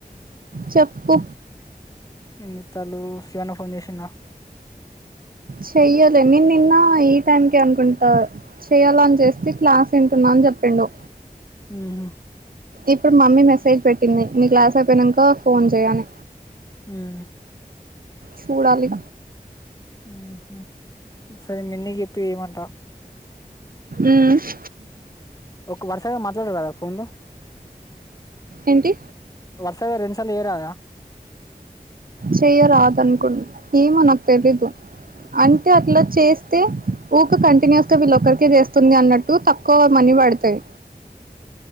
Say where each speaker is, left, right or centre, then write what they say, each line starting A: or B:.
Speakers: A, on the right; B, on the left.
A: చెప్పు
B: ఎంజెత్తాల్లూ శివాన్న ఫోన్ జెషిండా
A: చెయ్యలే నేన్ నిన్నా ఈ టైంకే అనుకుంటా చెయ్యాలని చేస్తే క్లాస్ వింటున్నా చెప్పిండు
B: ఉహు
A: ఇప్పుడు మమ్మీ మెసేజ్ పెట్టింది నీ క్లాస్ అయిపోయినాక ఫోన్ చేయి అని
B: హ్మ్
A: సుడాలి
B: ఉహు సరే మిన్నికి చేప్పి ఏయ్యిమంటా
A: ఉహ్
B: ఒక వరుసగా మాట్లాడ రాధా ఫోన్లో
A: ఏంటి
B: వరుసగా రెండు సార్ల చేయరదా
A: చెయ్యరాదు అనుకుం ఏమో నాక్ తెలిదు అంటే అట్లా చేస్తే ఊకే కంటిన్యూస్ గా వీళ్ళొక్కరికే చేస్తుంది అన్నట్టు తక్కువ మని వడ్తయి